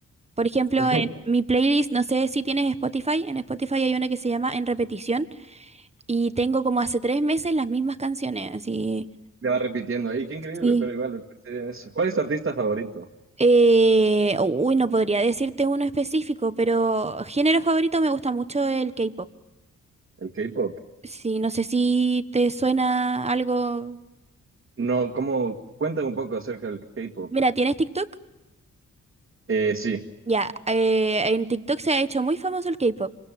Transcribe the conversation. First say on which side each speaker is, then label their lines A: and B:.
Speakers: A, on the right; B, on the right.
A: Por ejemplo,
B: <laughs> Te
A: en mi playlist, no sé si tienes Spotify, en Spotify hay una que se llama En repetición y tengo como hace tres meses las mismas canciones, así,
B: va repitiendo ahí, qué increíble,
A: sí.
B: pero igual me parece bien eso. ¿Cuál es tu artista favorito?
A: Eh, uy, no podría decirte uno específico, pero género favorito me gusta mucho el K-pop.
B: ¿El K-pop?
A: Sí, no sé si te suena algo.
B: No, ¿cómo? Cuéntame un poco acerca del K-pop.
A: Mira, ¿tienes TikTok?
B: Eh, sí.
A: Ya, eh, en TikTok se ha hecho muy famoso el K-pop.